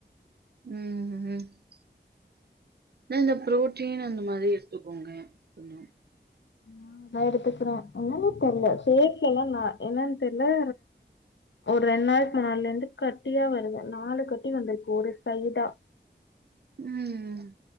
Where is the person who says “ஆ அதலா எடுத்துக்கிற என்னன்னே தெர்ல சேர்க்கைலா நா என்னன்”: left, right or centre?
Left